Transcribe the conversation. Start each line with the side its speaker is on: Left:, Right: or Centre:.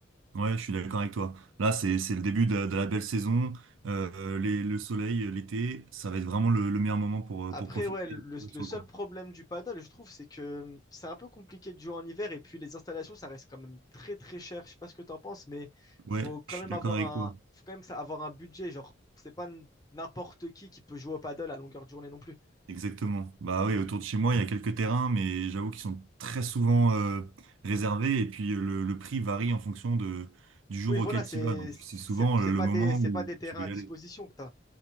Right: Ouais, je suis d'accord avec toi. Là, c'est c'est le début de la, de la belle saison. Euh, les- le soleil, euh, l'été, ça va être vraiment le, le meilleur moment pour, euh,
Left: Après,
Right: pour profiter
Left: ouais, le,
Right: pour être
Left: le
Right: sur
Left: seul
Right: le cours.
Left: problème du paddle, je trouve, c'est que hum, c'est un peu compliqué de jouer en hiver et puis les installations, ça reste quand même très très cher. Je sais pas ce que tu en penses, mais
Right: Ouais,
Left: faut quand
Right: je
Left: même
Right: suis d'accord
Left: avoir
Right: avec
Left: un,
Right: toi.
Left: faut quand même ça- avoir un budget. Genre, c'est pas n- n'importe qui qui peut jouer au paddle à longueur de journée non plus.
Right: Exactement. Bah oui, autour de chez moi, il y a quelques terrains, mais j'avoue qu'ils sont très souvent euh, réservés et puis euh, le, le prix varie en fonction de, du jour
Left: Oui,
Right: auquel
Left: voilà, c'est
Right: tu y vas. Donc
Left: c'est
Right: c'est souvent
Left: c'est
Right: euh, le
Left: pas
Right: moment
Left: des c'est
Right: où
Left: pas des terrains
Right: tu veux
Left: à
Right: y
Left: disposition
Right: aller.
Left: que t'as.